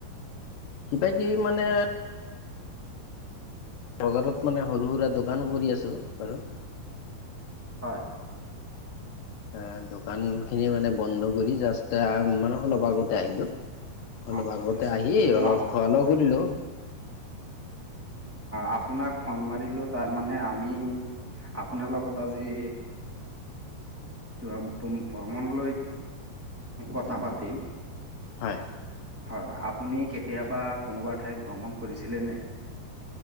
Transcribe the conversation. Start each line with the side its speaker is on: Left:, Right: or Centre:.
Left: কিবা কিবি মানে। বজাৰত মানে সৰু সুৰা দোকান কৰি আছোঁ বাৰু
Centre: হয়।
Left: অ দোকান খিনি মানে বন্ধ কৰি জাষ্ট মানে অলপ আগতে আহিলো। অলপ
Centre: অঁ
Left: আগতে আহি
Centre: ত'
Left: অলপ খোৱা লোৱা কৰিলো।
Centre: অ। আপোনাক ফোন মাৰিলো তাৰমানে আমি আপোনাৰ লগত আজি। ভ্ৰমণলৈ কথা পাতিম।
Left: হয়।
Centre: হয় আপুনি কেতিয়াবা কোনোবা ঠাইত ভ্ৰমণ কৰিছিলে নে?